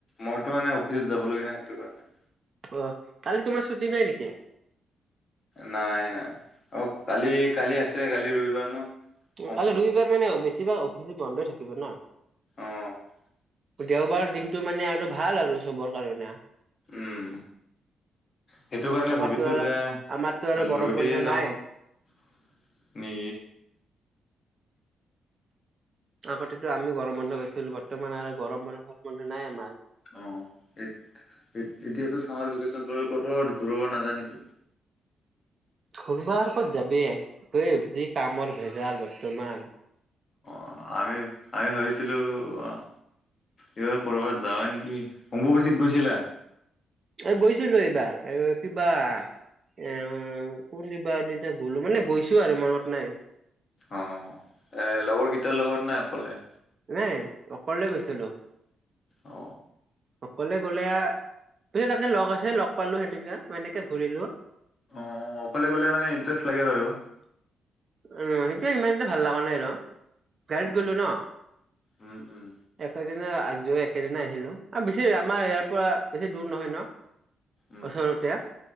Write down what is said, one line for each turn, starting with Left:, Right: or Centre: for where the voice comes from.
Left: মইতো মানে অফিচ যাব লগিয়া নাই সেইটো কাৰণে।
Right: অ কালি তোমাৰ ছুটি নাই নেকি।
Left: নাই নাই অ কালি কালি আছে কালি ৰবিবাৰ ন। সোমবাৰ
Right: কালি ৰবিবাৰ মানে বেছিভাগ অফিচো বন্ধ থাকিব ন।
Left: অ
Right: দেওবাৰ দিনটো মানে আৰু ভাল আৰু চবৰ কাৰণে।
Left: উম। সেইটো কাৰণে
Right: আমাৰতো
Left: ভাবিছো
Right: আৰু
Left: যে
Right: আমাৰতো আৰু গৰম
Left: লৈয়ে
Right: বন্ধ
Left: যাওঁ।
Right: নাই
Left: নি।
Right: আগতেতো আমি গৰম বন্ধ পাইছিলো বৰ্তমান আৰু গৰম বন্ধ চৰম বন্ধ নাই আমাৰ।
Left: অ। এ এতিয়াতো চামাৰ ভেকেশচন ত কতো ঘূৰিব নাযায় নেকি।
Right: কৰবাত কত যাবি গৈ যি কামৰ ভেজাল বৰ্তমান।
Left: অ আমি আমি ভাবিছিলো অ। এইবাৰ কৰ'বাত যাওঁৱে নেকি অম্বু বাচিত গৈছিলা।
Right: এই গৈছিলো এইবাৰ, কিবা এ কোন দিবা দিনা গ'লো মানে গৈছো আৰু মনত নাই।
Left: অ এ লগৰকেইটাৰ লগত নে অকলে
Right: নাই অকলে গৈছিলো।
Left: অ
Right: অকলে গলে পিছে তাতে লগ আছে লগ? পালো সেনেকা হেনেকে ঘূৰিলো
Left: অ অকলে গ'লে মানে ইণ্টাৰেষ্ট লাগে বাৰু
Right: অ সেইটো ইমান এটা ভাল লগা নাই। ন গাৰত
Left: অ
Right: গলো ন
Left: উম উম
Right: এক আ একেদিনাই আহিলো আৰু বেছি আমাৰ ইয়াৰ পৰা বেছি দূৰ নহয় ন।
Left: উম
Right: ওচৰতিয়া